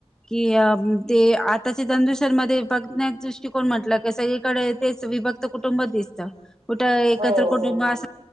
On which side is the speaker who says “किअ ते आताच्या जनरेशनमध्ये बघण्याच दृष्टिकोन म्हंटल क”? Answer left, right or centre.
Centre